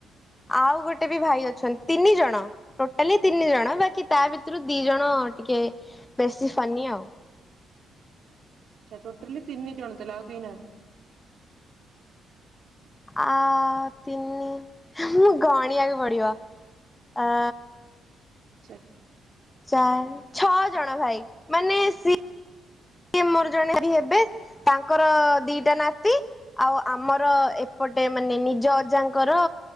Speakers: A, on the left; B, on the right.
A: ଆଉ ଗୋଟେ ବି ଭାଇ ଅଛନ୍ତି ତିନି ଜଣ ଟୋଟାଲି ତିନି ଜଣ ବାକି ତା ଭିତରୁ ଦି ଜଣ ହଁ ଟିକେ ବେଶୀ ଫନି ଆଉ।
B: <inaudible> ଟୋଟଲି ତିନି ଜଣ ତାହାଲେ ଆଉ କେହି ନାହାନ୍ତି।
A: ଆ ତିନି ମୁଁ ଗଣିଆକୁ ପଡିବ। ଆ
B: ଆଛା।
A: ଚାରି ଛଅ ଜଣ ଭାଇ ମାନେ ସି ଏମୋର ଜଣେ ବି ହେବେ ତାଙ୍କର ଦିଟା ନାତି ଆଉ ଆମର ଏ ପଟେ ମାନେ ନିଜ ଅଜାଙ୍କର